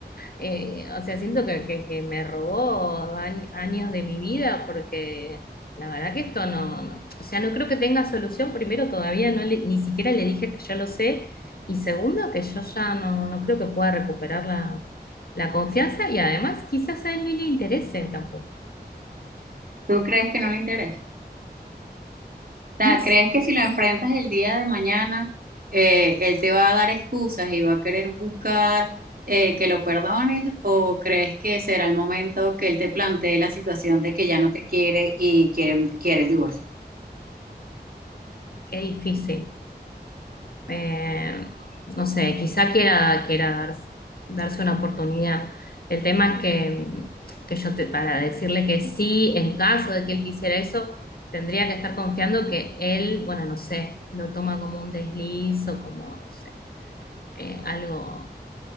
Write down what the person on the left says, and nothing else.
eh, o sea, siento que, que- que me robó añ- años de mi vida porque la verdad que esto no, no- o sea, no creo que tenga solución. Primero, todavía no le- ni siquiera le dije que yo lo sé y segundo, que yo ya no, no creo que pueda recuperar la, la confianza y además quizás a él ni le interese tampoco.
No
sé,
qué difícil. Eh, no sé, quizá quiera, quiera dar- darse una oportunidad. El tema es que, que yo te- para decirle que sí, en caso de que él quisiera eso, tendría que estar confiando que él, bueno, no sé, lo toma como un desliz o como, no sé, eh, algo